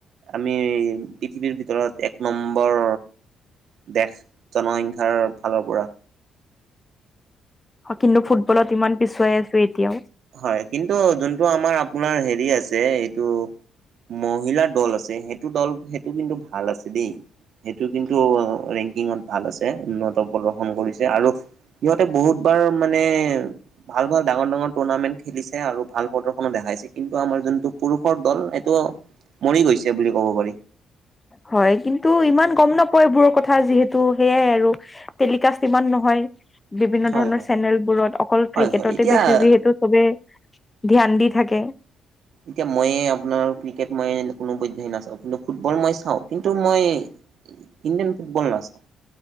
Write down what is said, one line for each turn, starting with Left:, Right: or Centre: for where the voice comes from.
Right: আমি পৃথিৱীৰ ভিতৰত এক নম্ বৰ দেশ জনসংখ্যাৰ ফালৰ পৰা
Left: কিন্তু ফুটবলত ইমান পিছুৱাই আছো এতিয়াও,
Right: হয়। কিন্তু যোনটো আমাৰ আপোনাৰ হেৰি আছে এইটো। মহিলা দল আছে। সেইটো দল সেইটো কিন্তু ভাল আছে দেই, সেইটো কিন্তু ৰেংকিঙত ভাল আছে। উন্নত প্ৰদৰ্শন কৰিছে আৰু, সিহঁতে বহুত বাৰ মানে ভাল ভাল ডাঙৰ ডাঙৰ টুৰ্ণামেন্ট খেলিছে আৰু ভাল প্ৰদৰ্শনো দেখাইছে। কিন্তু আমাৰ যোনটো পুৰুষৰ দল এইটো মৰি গৈছে বুলি ক'ব পাৰি।
Left: হয়। কিন্তু ইমান গম নাপয় এইবোৰৰ কথা যিহেতু সেইয়াই আৰু। টেলিকাষ্ট ইমান নহয়। বিভিন্ন
Right: হয়
Left: ধৰণৰ
Right: হয়
Left: চেনেলবোৰত অকল
Right: হয়
Left: ক্ৰিকেটতে
Right: হয় এতিয়া
Left: বেছি যিহেতু, চবে ধ্যান দি থাকে।
Right: এতিয়া মইয়ে আপোনাৰ ক্ৰিকেট মই কোনো পধ্যে নাচাওঁ। কিন্তু ফুটবল মই চাওঁ কিন্তু মই, ইণ্ডিয়ান ফুটবল নাচাঁও।